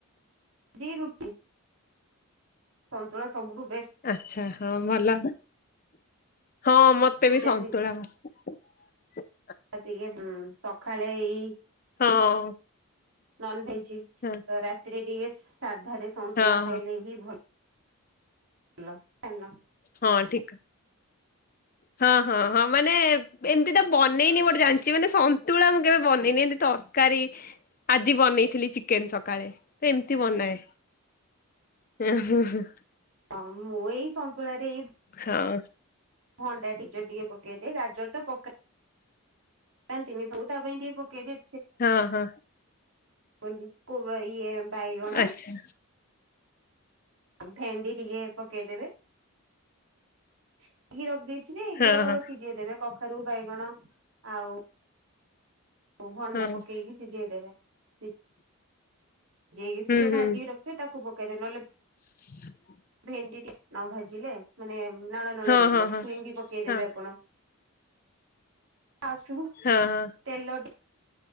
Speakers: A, on the right; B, on the left.
A: ଜି ରୁଟି ସନ୍ତୁଳା ସବୁ ଠୁ
B: ଆଚ୍ଛା ହଁ ଭଲ। ହଁ ମତେ
A: ସିଝା
B: ବି ସନ୍ତୁଳା ଭ <inaudible>
A: ତିକେ ଉଁ ସକାଳେ ଏଇ
B: ହଁ
A: ନନ ଭେ ଚି
B: ହଁ
A: ରାତିରେ ଟିକେ ସାଧାରେ ସନ୍ତୁଳା
B: ହଁ
A: ଖାଇଲେ
B: ହଁ
A: ହିଁ ଭଲ <unintelligible>
B: ହଁ ଠିକ ହଁ ହଁ ହଁ ମାନେ ଏମତି ତ ବନେଇନି ଗୋଟେ ଜାଣିଛି ମାନେ ସନ୍ତୁଳା ମୁଁ କେବେ ବନେଇନି ଏମତି ତରକାରୀ ଆଜି ବନେଇଥିଲି ଚିକେନ ସକାଳେ ତ ଏମତି ବନାଏ ଉଁ ହୁଁ ହୁଁ
A: ହଁ ମୁଁ ଏଇ ସନ୍ତୁଳା ରେ ଏ
B: ହଁ
A: ଭଣ୍ଡା ଟିଜ ଟିକେ ପକେଇ ଦିଏ ଗାଜର ତ ପକା ନା ତା ପାଇଁ ଟିକେ ପକେଇ ଦିଏ।
B: ହଁ ହଁ
A: ବୋଲି କୁବ ଇଏ ବାଇଗଣ
B: ଆଚ୍ଛା
A: ଭେଣ୍ଡି, ଟିକେ ପକେଇଦେବେ ଟିକେ ରଖିଦେଇ ରଖିଦେଇ
B: ହଁ
A: ଗୁଡକକୁ
B: ହଁ
A: ସିଝେଇ ଦେବେ କଖାରୁ ବାଇଗଣ ଆଉ ଓ ଭଣ୍ଡା
B: ହଁ
A: ପକେଇକି ସିଝେଇଦେବେ। ସେ ଯେ କି
B: ହୁଁ
A: <inaudible> ଭାଜିିକି
B: ହୁଁ
A: ରଖିବେ ତାକୁ ପକା କରେ ନଲେ <inaudible>
B: <unintelligible>
A: ଭେଣ୍ଡିଟି ନ ଭାଜିଲେ ମାନେ ନାଳ ନଳ
B: ହଁ
A: ଲାଗିବ
B: ହଁ ହଁ
A: ଛୁଇଁ ବି ପକେଇଦେବେ
B: ହଁ
A: ଆପଣ । ଫାଷ୍ଟ ସବୁ
B: ହଁ ହଁ
A: ତେଲ